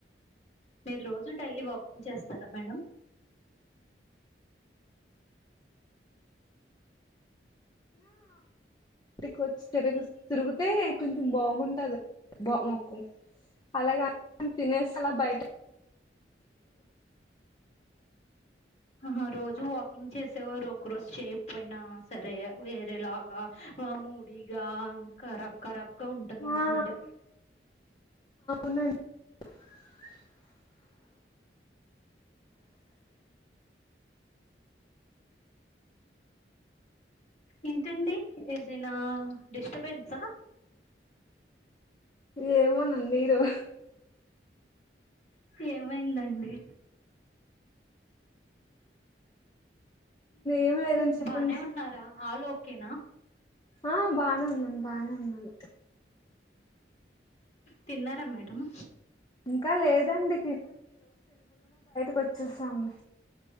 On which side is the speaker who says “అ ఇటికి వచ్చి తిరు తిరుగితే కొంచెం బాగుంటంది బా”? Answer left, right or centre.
Left